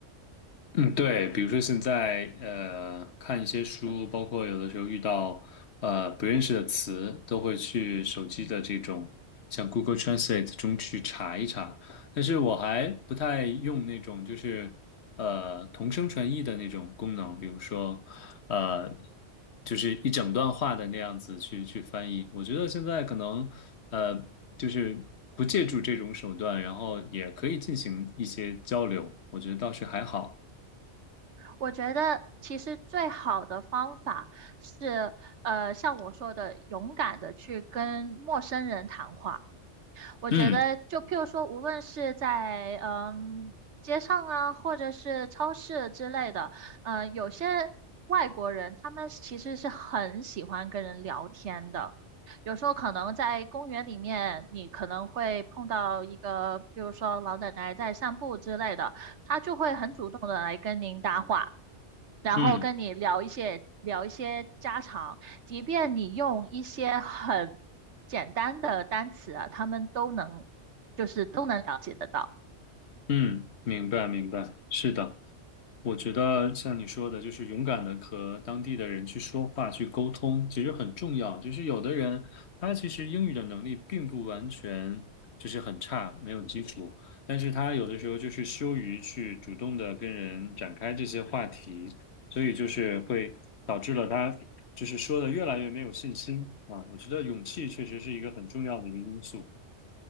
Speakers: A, on the left; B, on the right.
A: 嗯，对，比如说现在呃，看一些书，包括有的时候遇到呃不认识的词，都会去手机的这种像 Google Translate 中去查一查。但是我还不太用那种就是呃同声传译的那种功能，比如说呃就是一整段话的那样子去去翻译。我觉得现在可能呃就是不借助这种手段，然后也可以进行一些交流，我觉得倒是还好。
B: 我觉得其实最好的方法是呃像我说的，勇敢的去跟陌生人谈话。我觉得，
A: 嗯
B: 就譬如说，无论是在嗯街上啊，或者是超市之类的，呃，有些外国人他们其实是很喜欢跟人聊天的。有时候可能在公园里面，你可能会碰到一个，比如说老奶奶在散步之类的，她就会很主动的来跟您搭话。然后跟你聊一些聊一些家常，
A: 嗯
B: 即便你用一些很简单的单词啊，他们都能就是都能了解得到。
A: 嗯，明白明白，是的，我觉得像你说的，就是勇敢的和当地的人去说话、去沟通，其实很重要。就是有的人他其实英语的能力并不完全就是很差，没有基础，但是他有的时候就是羞于去主动的跟人展开这些话题，所以就是会导致了他就是说的越来越没有信心啊。我觉得勇气确实是一个很重要的一个因素。